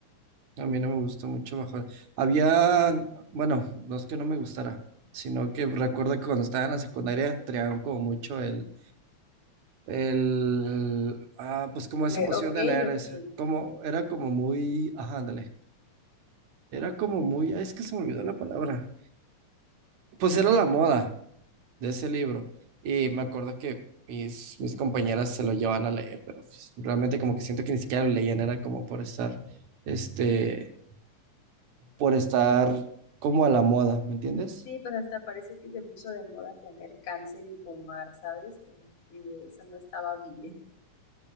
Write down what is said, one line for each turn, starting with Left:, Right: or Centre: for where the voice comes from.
Right: A mí no me gustó mucho bajo. Había, bueno, no es que no me gustara, sino que recuerdo que cuando estaba en la secundaria traían como mucho el, el, ah, pues como
Left: el
Right: esa
Left: de
Right: emoción
Left: ok,
Right: de leer,
Left: ok,
Right: ese, como, era como muy, ajá, ándale, era como muy, ay, es que se me olvidó la palabra. Pues era la moda de ese libro y me acuerdo que mis, mis compañeras se lo llevaban a leer, pero pues, realmente como que siento que ni siquiera lo leían, era como por estar, este, por estar como a la moda, ¿me entiendes?
Left: sí, pues hasta parece que se puso de moda tener cáncer y fumar, ¿sabes? Como que eso no estaba bien,